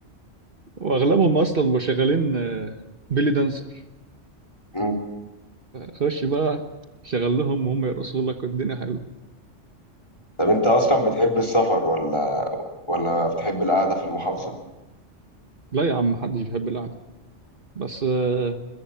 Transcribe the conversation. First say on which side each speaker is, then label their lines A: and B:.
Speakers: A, on the right; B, on the left.
A: واغلبهم اصلا بيبقوا شغالين آه، بيلي دانسر
B: مم.
A: خش بقى شغل لهم وهم يرقصوا لك والدنيا حلوه
B: طب انت اصلا بتحب السفر ولا ولا بتحب القعده في المحافظه
A: لا يا عم محدش بيحب القعده بس آه،